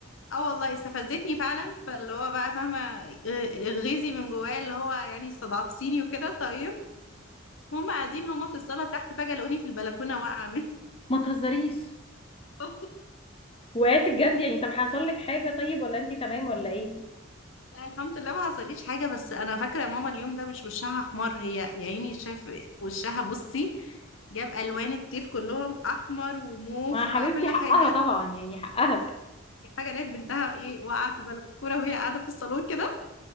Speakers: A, on the left; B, on the left.
A: اه والله استفزتني فعلا فاللي هو بقى فاهمه غ- غيظي من جوايا اللي هو يعني استضعفتيني وكده طيب هم قاعدين هم في الصاله تحت فجاه لقوني في البلكونه واقعه مني
B: ما تهزريش
A: <laughs> والله
B: وقعتي بجد يعني طب حصل لك حاجة طيب ولا انتي تمام ولا ايه
A: لا الحمد لله ما حصليش حاجه بس انا فاكره ماما اليوم ده مش وشها احمر هي يا عيني شايف وشها بصي جاب الوان الطيف كلهم احمر وموف
B: ما
A: مع
B: حبيبتي
A: كل
B: حقها
A: حاجه
B: طبعا يعني حقها
A: حاجه لقيت بنتها ايه واقعه في البلكونه وهي قاعده في الصالون كده